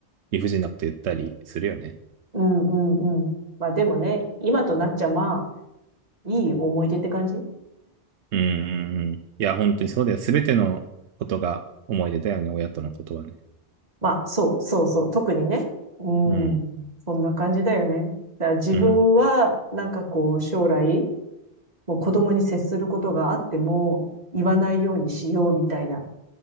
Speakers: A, on the right; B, on the right.
A: 理不尽なこと言ったりするよね。
B: うんうんうん。まあでもね、今となっちゃまあ、いい思い出って感じ <laughs>
A: うんうんうん。いや、本当にそうだよ。すべてのことが思い出だよね、親とのことはね。
B: まあ、そう、そうそう、特にね。うん。
A: うん、
B: そんな感じだよね。だから自分は、
A: うん、
B: なんかこう、将来、もう子供に接することがあっても、言わないようにしようみたいな